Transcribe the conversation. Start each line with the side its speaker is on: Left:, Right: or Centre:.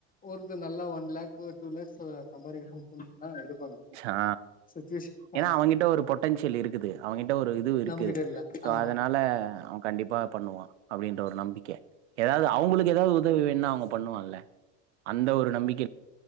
Left: ஒருத்த நல்லா ஒன் லேக் டூ லேக்ஸ் சம்பாதிக்கிறானு <unintelligible> எடுப்பாங்க
Right: சா
Left: சுச்சுவேஷன்
Right: ஏன்னா அவங்கிட்ட ஒரு பொட்டன்ஷியல் இருக்குது அவகிட்ட ஒரு இது இருக்குது
Left: நமக்கிட்ட இல்ல
Right: சோ
Left: ஆமா
Right: அதனால அவன் கண்டிப்பா பண்ணுவா அப்டின்ற ஒரு நம்பிக்க ஏதாவது அவங்களுக்கு ஏதாவது உதவி வேண்ண அவங்க பண்ணுவான்ல்ல அந்த ஒரு நம்பிக்